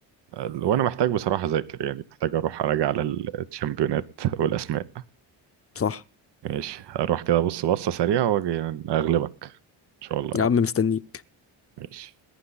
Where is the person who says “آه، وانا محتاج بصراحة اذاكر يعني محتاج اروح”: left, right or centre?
Right